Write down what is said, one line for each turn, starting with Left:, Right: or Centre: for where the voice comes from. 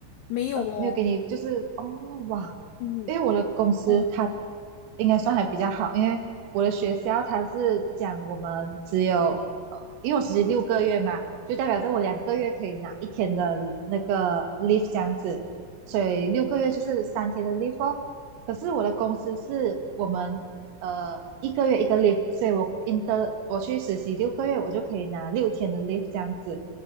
Left: 没有哦。
Right: 呃，没有给你，就是哦哇，
Left: 嗯
Right: 因为我的公司它
Left: 嗯，
Right: 应该算还比较好，因为我的学校它是讲我们只有呃，因为我实习六个月嘛，就代表着我两个月可以拿一天的那个 leave 这样子，所以六个月就是三天的 leave 哦。可是我的公司是我们呃一个月一个 leave，所以我 inter 我去实习六个月，我就可以拿六天的 leave 这样子，